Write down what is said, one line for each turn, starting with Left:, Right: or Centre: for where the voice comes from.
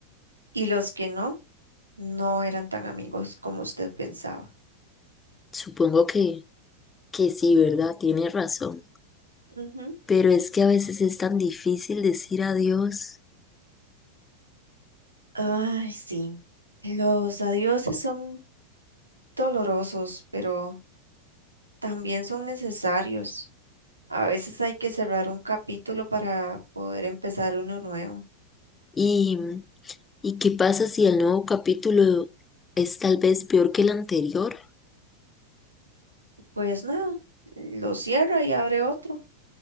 Right: Y los que no, no eran tan amigos como usted pensaba.
Left: Supongo que, que sí, ¿verdad? Tiene razón.
Right: Ujú.
Left: Pero es que a veces es tan difícil decir adiós.
Right: Ay, sí. Los adioses son dolorosos, pero también son necesarios. A veces hay que cerrar un capítulo para poder empezar uno nuevo.
Left: ¿Y, y qué pasa si el nuevo capítulo es tal vez peor que el anterior?
Right: Pues nada, lo cierra y abre otro.